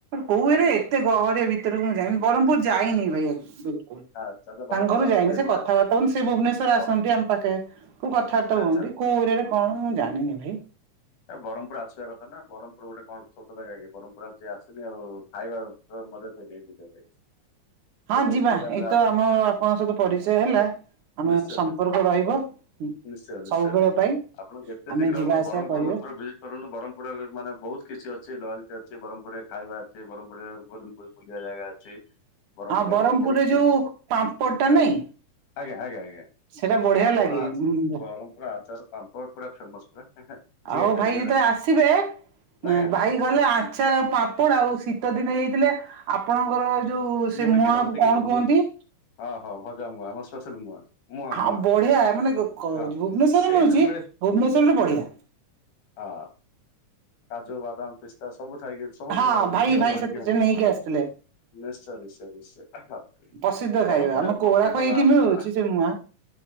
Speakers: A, on the right; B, on the left.
A: କୋଉରେ
B: ଆଜ୍ଞା
A: ଏତେ ଗହରିଆ ଭିତରକୁ ମୁଁ ଯାଇ ବରମ୍ ପୁର୍ ଯାଇନି ଭାଇ ଆକଚୁଲି ବିଲକୁଲ୍।
B: ଆଚ୍ଛା ତ ବ୍ରହ୍ମପୁର
A: ତାଙ୍କ ଘରୁ
B: ଆସିବେ
A: ଯାଇନି ସେ କଥାବାର୍ତ୍ତା
B: ନା
A: ହୁଅନ୍ତି ସେ ଭୁବନେଶ୍ଵର
B: ବ-
A: ଆସନ୍ତି ଆମ ପାଖେ। କୋଉ କଥାବାର୍ତ୍ତା
B: ଆଚ୍ଛା
A: ହୁହନ୍ତି
B: ଆଚ୍ଛା
A: କୋଉ ଏରିଆରେ କଣ ମୁଁ ଜାଣିନି ଭାଇ।
B: ଏ ବରମ୍ ପୁର୍ ଆସିବା କଥା ନା ବରମ୍ ପୁର୍ ଗୋଟେ କଣ ଛୋଟ ଜାଗା କି ବରମ୍ ପୁର୍ ଯେ ଆସନି ଆଉ ଖାଇବାର କଣ ମଜା <unintelligible>
A: ହଁ
B: ଯେତେବେଳେ
A: ଯିବା
B: ସୁବିଧା ମିଳେ
A: ଏଇତ
B: ଆସନ୍ତୁ
A: ଆମ
B: କେବେ
A: ଆପଣଙ୍କ ସହିତ ପରିଚୟ ହେଲା। ଆମ
B: ନିଶ୍ଚୟ
A: ସମ୍ପର୍କ
B: ନିଶ୍ଚୟ
A: ରହିବ ହୁଁ,
B: ନିଶ୍ଚୟ ନିଶ୍ଚୟ
A: ସବୁବେଳ ପାଇଁ
B: ଆପଣ ଯେତେ
A: ଆମେ
B: ଶୀଘ୍ର
A: ଯିବା
B: ହବ
A: ଆସିବା
B: ବ୍ରହ୍ମପୁର
A: କରିବା।
B: ଗୋଟେ ଥର ଭିଜିଟ୍ କରନ୍ତୁ ବରମପୁରରେ ବି ମାନେ ବହୁତ କିଛି ଅଛି ଲାଲ ଟେ ଅଛି ବରମପୁରରେ ଖାଇବା ଅଛି। ବରମପୁରରେ ବରମପୁର ବୁଲିବା ଜାଗା ଅଛି ବରମପୁର
A: ଆଉ ବ୍ରହ୍ମପୁରରେ
B: ଆମର ବହୁତ କି
A: ଯୋଉ ପାମ୍ପଡ ଟା
B: ଏ
A: ନାଇଁ
B: ଆଜ୍ଞା, ଆଜ୍ଞା, ଆଜ୍ଞା
A: ସେଟା ବଢିଆ
B: ପାମ୍ପଡ଼
A: ଲାଗେ
B: ଆଚା ବରମପୁର ଆଚାର ପାମ୍ପଡ୍। ପୁରା ଫେମସ୍ ପୁରା। ଜିଆଇ
A: ଆଉ
B: ଟ୍ୟାଗ
A: ଭାଇ
B: ନେଲାଣି
A: ଯେତେଳେ ଆସିବେ <unintelligible>
B: ଆଜ୍ଞା
A: ଭାଇ ଗଲେ ଆଚାର ଆଉ ପାମ୍ପଡ଼ ଆଉ ଶୀତ ଦିନ ହେଇଥିଲେ ଆପଣଙ୍କର ଯୋଉ ସେ
B: ମୁଡିକି
A: ମୁଆଁ
B: ଦାନ୍ତିକିଲି
A: କୁ କଣ
B: ମୁଡ
A: କୁହନ୍ତି?
B: ହଁ, ହଁ ଭଜା ମୁଆଁ ଆମ ସ୍ପେସାଲ୍ ମୁଆଁ। ମୁଆଁ
A: ହାଁ
B: ମୁଆଁ
A: ବଢିଆ ମାନେ ଗକୋ
B: ହଁ
A: ହେଇନି ଭୁବନେଶ୍ଵରରେ
B: ସେଇ
A: ମିଳୁଚି
B: ଯୋଉ ମିଳେ
A: ଭୁବନେଶ୍ଵରରେ
B: କିନ୍ତୁ
A: ବଢିଆ।
B: ହଁ କାଜୁ ବାଦାମ, ପିସ୍ତା ସବୁ ଥାଇକି ସବୁ
A: ହଁ
B: ପ୍ରକାର ହଉଛି
A: ଭାଇ
B: ଆଉ
A: ଭାଇ
B: ମା
A: ସେ
B: କି ହବ <unintelligible>
A: ନେଇକି ଆସିଥିଲେ।
B: ନିଶ୍ଚୟ, ନିଶ୍ଚୟ, ନିଶ୍ଚୟ ଓହୋ,
A: ପ୍ରସିଦ୍ଧ
B: ଏ
A: ଖାଇବା
B: ବରମପୁର
A: ଆମ
B: ରେ
A: କୋରାଖ
B: ବ-ଦେଖନ୍ତୁ
A: ଏଇଠି
B: ଆ-ଆ
A: ମିଳୁଛି ସେ ମୁଆଁ।